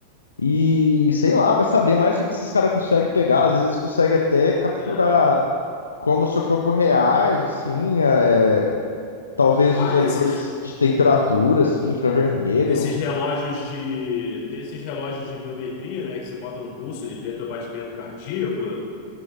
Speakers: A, on the left; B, on the left.
A: e sei lá, vai saber mais o que que esses caras conseguem pegar. Às vezes eles conseguem até capturar
B: É.
A: como o seu corpo reage, assim, é, talvez
B: Ah,
A: os leitores
B: esses
A: de temperatura, assim, infravermelho.
B: esses relógios de tem esses relógios de biometria, né, que você bota no pulso, ele lê teu batimento cardíaco,